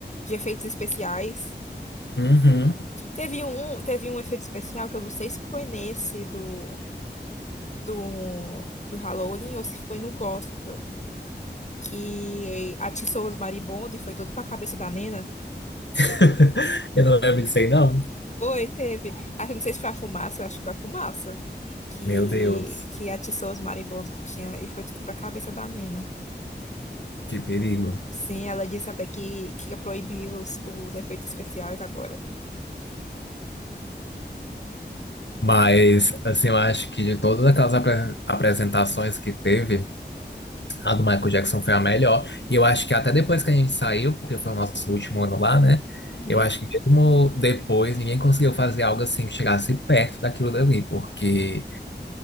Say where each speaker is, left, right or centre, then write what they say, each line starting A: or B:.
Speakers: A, on the left; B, on the left.
A: de efeitos especiais.
B: Uhum.
A: Teve um, teve um efeito especial que eu não sei se foi nesse do, do, do Halloween ou se foi no Gospel, que atiçou os marimbondos e foi todo pra cabeça da Nena.
B: <laughs> Eu não lembro disso aí, não.
A: Foi, teve. Acho, não sei se foi a fumaça, eu acho que foi a fumaça que,
B: Meu Deus,
A: que atiçou os marimbondos que tinha e foi tudo pra cabeça da Nena.
B: que perigo.
A: Sim, ela disse até que, que ia proibir os, os efeitos especiais agora.
B: Mas, assim, eu acho que de todas aquelas apre- apresentações que teve, a do Michael Jackson foi a melhor. E eu acho que até depois que a gente saiu, porque foi o nosso último ano lá, né?
A: Uhum,
B: Eu acho que mesmo depois, ninguém conseguiu fazer algo assim que chegasse perto daquilo dali, porque.